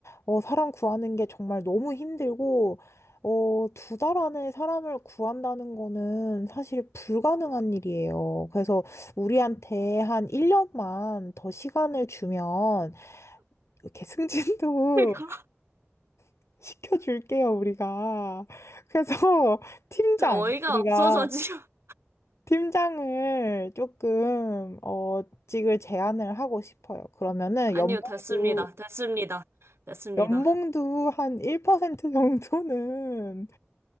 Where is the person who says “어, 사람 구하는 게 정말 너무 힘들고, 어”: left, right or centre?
Left